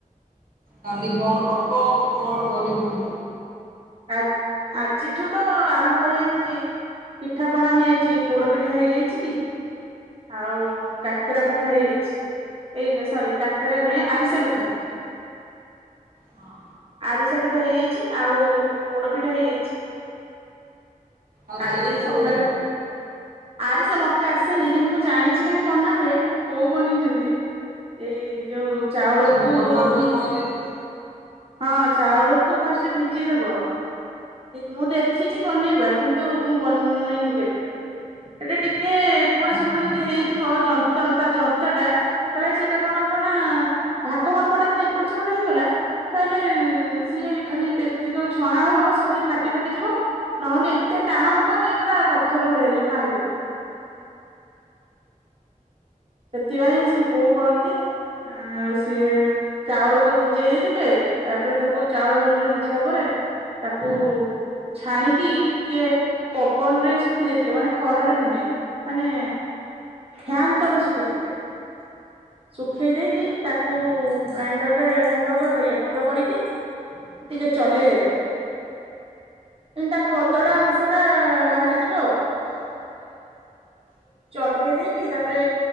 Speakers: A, on the right; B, on the right.
A: କାନ୍ଦ କଣ କବ ତୁ କଣ କରିବୁ।
B: ଆ ଆଜିଠୁ ତ ଆରମ୍ଭ ହେଇଯାଇଛି। ପିଠା ପଣା ହେଇଯାଇଛି ପୋଡ ପିଠା ହେଇଯାଇଛି। ଆଉ କାକରା ପିଠା ହେଇଯାଇଛି। ଏଇ ସରି କାକରା ନୁହେଁ ଆରିଶା ପିଠା।
A: ହଁ।
B: ଆରିସା ପିଠା ହେଇଯାଇଛି ଆଉ ବୋଡ ପିଠା ହେଇଯାଇଛି
A: ଆଜି
B: କାଲି
A: ସେ କେମିତି
B: ସକାଳେ
A: ବନେଇଲା
B: ଆରି ସେ ମତେ ଆସେନି କିନ୍ତୁ ମୁଁ ଜାଣିଛି କେମତି ବନାହୁୁଏ ବୋଉ ବନେଇଛନ୍ତି। ଏଇ ଯୋଉ
A: କେମିତି
B: ଚାଉଳକୁ
A: ବନା ହୁଏ
B: ଭ
A: କହିଦେଇଥିବୁ
B: ହଁ ଚାଉଳକୁ ଫାଷ୍ଟ ଭିଜିଇଦବ। ମୁଁ ଦେଖିଛି ବନେଇବା କିନ୍ତୁ ମୁଁ ବନେଇନି କେବେ। ଏଟା ଟିକେ ଗୋଡେ
A: ହଉ
B: ସେପୋଟ
A: ବନେଇବୁ
B: ଯଦି ହେଇଯିବ
A: ଆଉ
B: ଯନ୍ତ ତା ଯନ୍ତା ଟା। ତାହେ ସେଇଟା କଣ ହବ ନା ଭାଗ ମାପଟା ଯଦି ଏପଟ ସେପଟ ହେଇଗଲା। ତାହେଲେ ସିଏ ଖାଲି ଯେତେବେଳେ ଛଣା ହବ ସେ ଖାଲି ଫାଟି ଫାଟିଯିବ ନହେଲେ ଏତେ ଟାଣ ହବ ଯେ ପୁରା ପଥର ଭଳିଆ ହେଇଯିବ କାହିଁ ପାରିବନି। ସେଥିପାଇଁ ସେ ବୋଉ କରନ୍ତି ଆ ସିଏ ଚାଉଳକୁ ଭିଜେଇ ଦେଇଥିଲେ, ତାପରେ ତାକୁ ଚାଉଳ ଭଲରେ ଭିଜିଲା ପରେ ତାକୁ ଛାଣିକି ଟିକେ ପବନରେ ଶୁଖେ ଦେଇଥିଲେ ମାନେ ଖରାରେ ନୁହେଁ ମାନେ ଫ୍ୟାନ ତଳେ ଶୁଖେଇଥିଲେ। ଶୁଖେଇ ଦେଇକି ତାକୁ ଗ୍ରାଇଣ୍ଡର ରେ ଗୁଣ୍ଡ କରିଦେଲେ ଗୁଣ୍ଡ କରିକି ଟିକେ ଚଲେଇ ଦେବେ। ଯେମତି ତା ଖଦଡ଼ା ଅଂଶ ଟା ବାହାରିଯିବ ଆଉ। ଚଲେଇ ଦେଇକି ତାପରେ